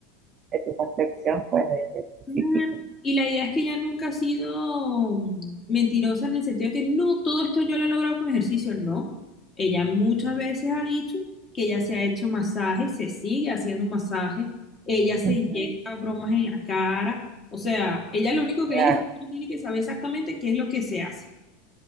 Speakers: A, on the right; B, on the left.
A: de tu complexión, pues, de, de tu
B: Claro.
A: físico.
B: Y la idea es que ella nunca ha sido mm, mentirosa en el sentido de que no, todo esto yo lo he logrado con ejercicio, no. Ella muchas veces ha dicho que ella se ha hecho masaje, se sigue haciendo masaje, ella se
A: Ujú,
B: inyecta bromas en la cara, o sea, ella lo único
A: Claro,
B: que dice es que no tiene que saber exactamente qué es lo que se hace.